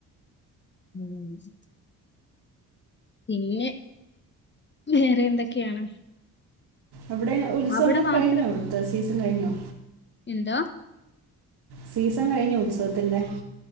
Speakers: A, on the left; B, on the right.
A: ഉം സി പിന്നെ, വേറെ എന്തൊക്കെയാണ്.
B: അവിടെ, ഉത്സവങ്ങള്
A: അവിടെ മാത്രം
B: കഴിഞ്ഞോ? അവിടുത്തെ സീസൺ കഴിഞ്ഞോ?
A: എന്താ
B: സീസൺ കഴിഞ്ഞോ, ഉത്സവത്തിന്റെ.